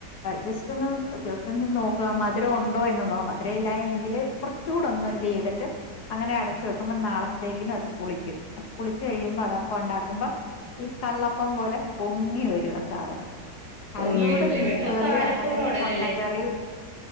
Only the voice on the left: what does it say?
ജസ്റ്റ് ഒന്ന് നോക്ക മധുര ഉണ്ടോ എന്നൊ നൊന്ന് മധുര ഇല്ല എങ്കില് കുറച്ചുടൊന്ന് ഒന്ന് ഇത് ചെയ്തിട്ട് അങ്ങനെ അടച്ചു വെക്കുമ്പോ നാളത്തേക്കിന് അത് പുളിക്കും പുളിച്ച് കഴിയുമ്പോ അത് ഉണ്ടാക്കുമ്പോ ഈ കള്ളപ്പം പോലെ പൊങ്ങി വരു ആ സാധനം
അതിന്റുടെ
ബീഫ് കറി
അങ്ങനെ
മൊ ട്ടക്കറി